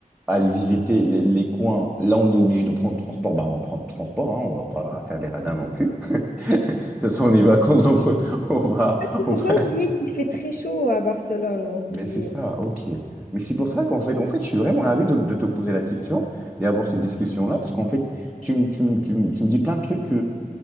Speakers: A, in the centre; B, on the left.
A: aller visiter les, les coins. Là, on est obligé de prendre transport. Ben, on va prendre transport, hein, on va pas faire les radins non plus. <laughs> Ce sont les vacances, donc <laughs> euh, on va,
B: Parce qu'il ne
A: on
B: faut
A: va-
B: pas
A: <laughs>
B: oublier qu'il fait très chaud à Barcelone en juillet.
A: Mais c'est ça, ok. Mais c'est pour ça qu'en fait, en fait, je suis vraiment ravi de, de te poser la question et avoir cette discussion-là, parce qu'en fait, tu, me- tu, me- tu, me tu me dis plein de trucs